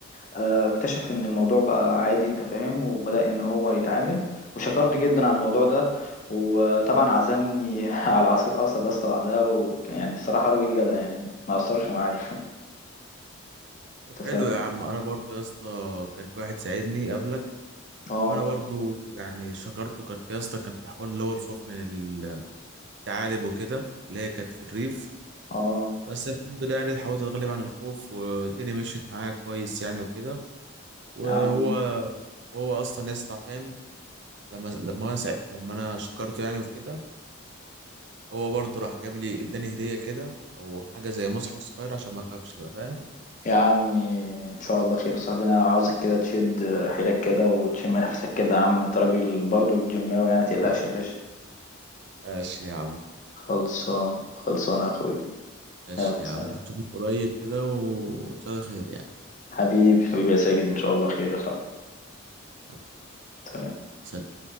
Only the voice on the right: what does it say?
طب
حلو
يا عم انا برضو يا اسطى كان في واحد ساعدني قبلك
وانا برضو يعني شكرته كان في يا اسطى كان في حوار اللي هو الخوف من الثعالب وكده اللي هي كانت في الريف
بس الحمد لله يعني حاولت اتغلب عن الخوف والدنيا مشيت معايا كويس يعني وكده وهو
هو اصلا يا اسطى فاهم لما لما انا سع- لما انا شكرته يعني وكده هو برضو راح جاب لي اداني هديه كده او حاجه زي مصحف صغير عشان ما اخافش بقى فاهم <laughs>
خلاص
ماشي يا عم
ماشي
يا
عم هشوفك قريب كده وإن شاء الله خير يعني
حبيبي
سلام.